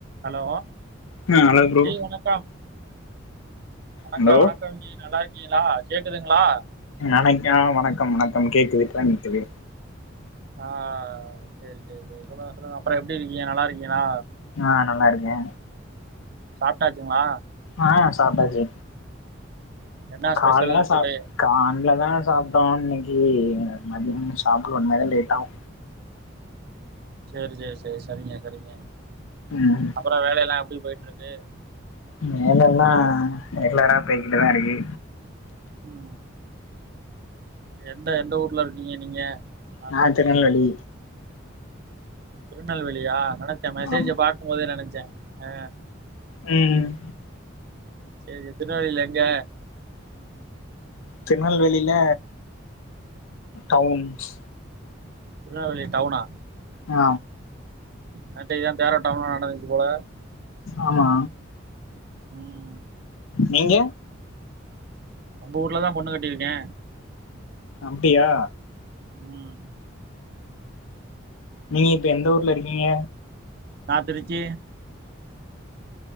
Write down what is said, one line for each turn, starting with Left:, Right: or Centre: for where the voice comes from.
Right: Hello
Left: ஆ hello bro
Right: G வணக்கம் வணக்கம்
Left: hello
Right: வணக்கம் ஜி நல்லா இருக்கீங்ளா கேக்குதுங்ளா
Left: நெனைக்கா வணக்கம் வணக்கம் கேக்குது இப்பதா கேக்குது
Right: ஆ சேரி சேரி சேரி சொல்லுங்க சொல்லுங்க அப்றோ எப்டி இருக்கீங்க நல்லா இருக்கீங்ளா
Left: ஆ நல்லா இருக்கே
Right: சாப்டாச்சிங்ளா
Left: ஆ சாப்டாச்சி
Right: என்ன
Left: கால்லதா
Right: ஸ்பெஷல்
Left: சாப்
Right: டுடே
Left: கால்லதா சாப்டோ இன்னைக்கி மதியம் சாப்புட்ல இனிமேதா லேட் ஆகு
Right: சேர் சேர் சேர் சரிங்க சரிங்க
Left: ம்
Right: அப்பறோ வேலையெல்லா எப்டி போயிட்ருக்கு
Left: ம் வேலல்லா ரெகுலரா போயிட்டுதா இருக்கு
Right: ம் நீங்க எந்த எந்த ஊர்ல இருக்கீங்க நீங்க நான்
Left: நா
Right: திருச்சி
Left: திருநெல்வேலி
Right: திருநெல்வேலியா நெனைச்ச மெசேஜ
Left: ஆமா
Right: பாக்கும் போதே நெனைச்ச அ
Left: ம்
Right: சேரி திருநெல்வேலில எங்க
Left: திருநெல்வேலில டவுன்ஸ்
Right: திருநெல்வேலி டவுனா
Left: ஆ
Right: நேத்திக்கியோ தேரோட்டம் நடந்துச்சி போல
Left: ஆமா
Right: ம்
Left: நீங்க
Right: உங்க ஊர்ல தா பொண்ணு கட்டிருக்கே
Left: அப்டியா
Right: ம்
Left: நீங்க இப்ப எந்த ஊர்ல இருக்கீங்க
Right: நா திருச்சி